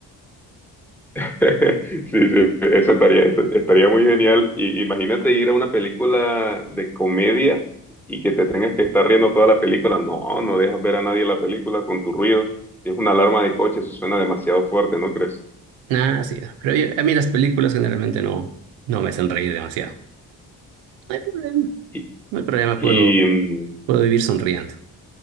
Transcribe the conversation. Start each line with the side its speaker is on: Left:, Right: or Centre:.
Centre: <laughs> Sí, sí, eso estaría, estaría muy genial. Y imagínate ir a una película de comedia y que te tengas que estar riendo toda la película. No, no dejas ver a nadie la película con tu ruido. Si es una alarma de coche, eso suena demasiado fuerte, ¿no crees?
Right: Ah, sí, no. pero yo- a mí las películas generalmente no, no me hacen reír demasiado. No hay problema,
Centre: Y,
Right: no hay problema,
Centre: y
Right: puedo,
Centre: mm,
Right: puedo vivir sonriendo.